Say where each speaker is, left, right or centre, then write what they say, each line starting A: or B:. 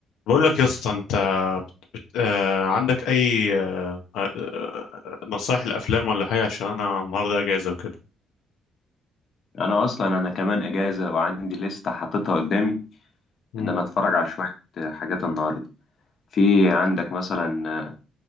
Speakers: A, on the left; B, on the left.
A: بقول لك يا اسطى انت بت... بت... آه... عندك اي آه... آه... آه، نصايح الافلام ولا حاجه عشان انا النهارده اجازه وكده
B: انا اصلا انا كمان اجازه وعندي لسته حاططها قدامي
A: امم
B: ان انا اتفرج على شويه حاجات النهارده في عندك مثلا